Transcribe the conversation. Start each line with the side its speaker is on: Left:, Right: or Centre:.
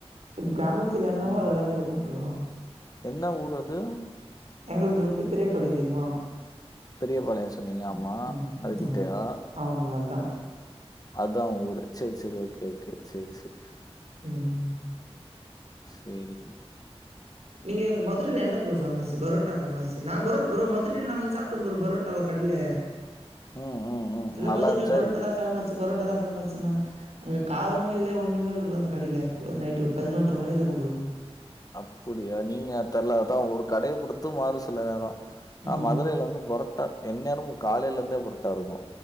Right: இப் கிராமத்துல என்னவோ
Left: ம்.
Right: அதுதா மார் இருக்கு ப்ரோ
Left: என்ன ஊர் அது
Right: எங்கள்து வந்து பெரியபாளையோ தெரியுமா
Left: பெரியபாளையோ சொன்னீங்க
Right: ம்
Left: ஆமா
Right: ம்.
Left: அதுகிட்டயா
Right: நாங்க. ஆமா ப்ரோ அதா
Left: அதா உங்க ஊரு செரி செரி ஓகே ஓகே செரி செரி
Right: ம்.
Left: சேரி
Right: நீங்க அங்க மதுரையில என்ன ப்ரோ ஃபேமஸு பரோட்டா ஃபேமஸு நாங்க புரோட்டா ப்ரோ மதுரையில நாங்க வந்து சாப் சாப்டோ ப்ரோ பரோட்டா ஓரு கடையில
Left: ம் ம் ம்.
Right: எல்லா
Left: நல்லா
Right: <unintelligible>
Left: இருந்துச்சா
Right: பரோட்டா
Left: எப்டி?
Right: தா பேமஸு பரோட்டாதா பேமஸுன்னாங்க அங்க காரமு இல்ல ஒன்னுமே இல்ல ப்ரோ அந்த கடையில ஒரு நைட் ஒரு பதினொன்றர மணி இருக்கும் ப்ரோ
Left: அப்புடியா நீங்க தெர்லா அதா ஒரு கடைய பொறுத்து மாறு சில நேரோ
Right: ம்.
Left: ஆ மதுரையில இருந்து புரோட்டா எந்நேரமு காலையில இருந்தே புரோட்டா இருக்கு